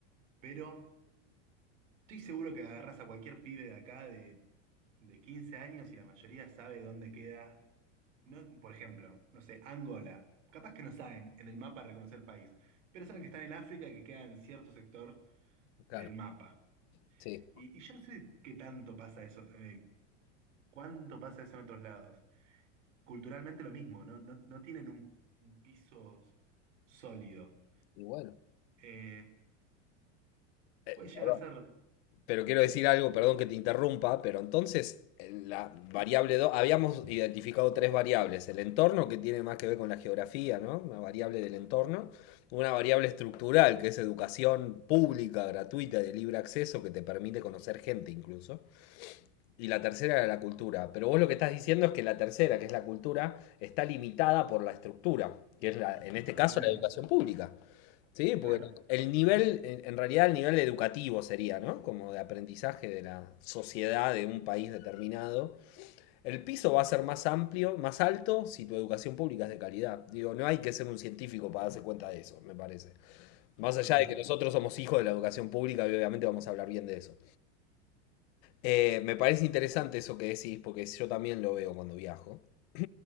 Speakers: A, on the right; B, on the left.
A: pero estoy seguro que agarras a cualquier pibe de acá de, de 15 años y la mayoría sabe dónde queda, no, por ejemplo, no sé, Angola. Capaz que no saben en el mapa reconocer el país, pero saben que están en África y que queda en cierto sector
B: claro.
A: del mapa.
B: Sí,
A: Y, y yo no sé qué tanto pasa eso, eh, cuánto pasa eso en otros lados. Culturalmente lo mismo, no, no, no tienen un, un piso sólido.
B: y bueno.
A: Eh,
B: Eh,
A: puede llegar
B: perdón,
A: a ser
B: pero quiero decir algo, perdón que te interrumpa, pero entonces eh, la variable 2 habíamos identificado tres variables, el entorno que tiene más que ver con la geografía, ¿no? Una variable del entorno, una variable estructural que es educación pública, gratuita, de libre acceso, que te permite conocer gente incluso, y la tercera era la cultura, pero vos lo que estás diciendo es que la tercera, que es la cultura, está limitada por la estructura, que es la, en este
A: totalmente,
B: caso la educación pública. Sí, porque
A: claro,
B: el nivel, en en realidad el nivel educativo sería, ¿no? Como de aprendizaje de la sociedad de un país determinado. El piso va a ser más amplio, más alto, si tu educación pública es de calidad. Digo, no hay que ser un científico para darse cuenta de eso, me parece. Más
A: totalmente.
B: allá de que nosotros somos hijos de la educación pública y obviamente vamos a hablar bien de eso. Eh, me parece interesante eso que decís, porque yo también lo veo cuando viajo. <clears throat>